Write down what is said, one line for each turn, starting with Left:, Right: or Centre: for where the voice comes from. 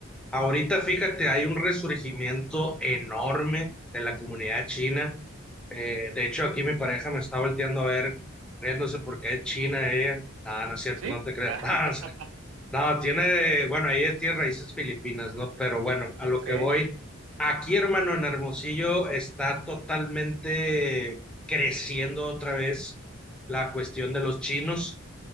Centre: Ahorita, fíjate, hay un resurgimiento enorme de la comunidad china. Eh, de hecho, aquí mi pareja me está volteando a ver, riéndose porque es china ella. Ah, no es cierto,
Right: ¿Sí?
Centre: no te creas.
Right: Ah,
Centre: <laughs> no,
Right: <laughs>
Centre: sé. No, tiene, bueno, ella tiene raíces filipinas, ¿no? Pero bueno, a lo
Right: ok,
Centre: que voy, aquí, hermano, en Hermosillo está totalmente creciendo otra vez la cuestión de los chinos